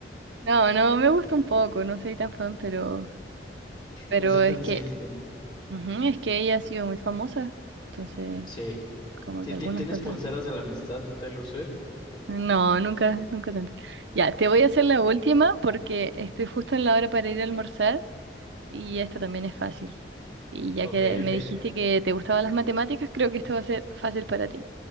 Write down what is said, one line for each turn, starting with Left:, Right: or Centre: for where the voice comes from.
Right: No, no, me gusta un poco, no soy tan fan, pero, pero
Left: No soy
Right: es
Left: tan
Right: que,
Left: Swift.
Right: ujú, es que ella ha sido muy famosa, entonces,
Left: Sí.
Right: como
Left: Sí,
Right: que algunas
Left: ti- ¿tienes
Right: cosas.
Left: pulseras de la amistad de Taylor Swift?
Right: No, nunca, nunca tanto. Ya, te voy a hacer la última porque estoy justo en la hora para ir a almorzar y esta también es fácil. Y ya
Left: Ok,
Right: que me
Left: ok.
Right: dijiste que te gustaban las matemáticas, creo que esto va a ser fácil para ti.